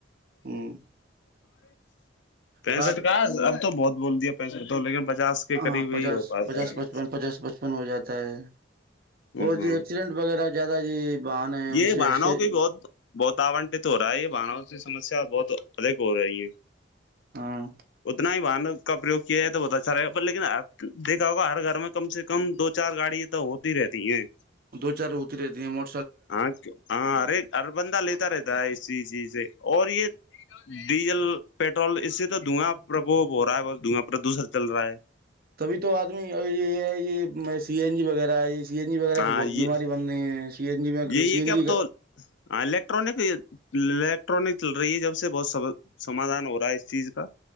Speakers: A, on the right; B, on the left.
A: ہ
B: پینسٹ
A: ساٹھ
B: کا اب تو بہت بول دیا پیسے تو لیکن پچاس کے
A: ہاں
B: قریب ہی
A: پچاس
B: ہو پاتا
A: پچاس
B: ہے
A: پچپن پچاس پچپن ہو جاتا ہے اور
B: ہ
A: یہ ایکسیڈنٹ وغیرہ زیادہ جی بہانے ہیں ان
B: یہ
A: سے
B: بہانوں
A: ایسے
B: کی بہت بہت آنٹت ہو رہا ہے یہ بانو کی سمسیا بہت ادھک ہو رہی ہے
A: ہاں
B: اتنا ہی واہن کا پریوگ کیا ہے تو بہت اچھا رہے گا پر لیکن دیکھا ہوگا ہر گھر میں کم سے کم دو چار گاڑی تو ہوتی رہتی ہیں
A: دو چار اتیرے مو
B: ہاں ہاں ہر ہر بندہ لیتا رہتا ہے اسی چیز سے اور یہ ڈیزل پیٹرول اس سے تو دھواں پربوپ ہو رہا ہے بت دھواں پردوشر چل رہا ہے
A: تبھی تو آدمی یہ ہے یہ سی این جی وغیرہ ہے یہ سی این جی وغیرہ
B: ہاں
A: سے بہت
B: یہ
A: بیماری بن <inaudible>
B: یہی
A: سی
B: یہ
A: این
B: کہ
A: جی
B: اب تو ہ الیکٹرانک الیکٹرانک چل رہی ہے جب سے بہت سب سمادھان ہو رہا ہے اس چیز کا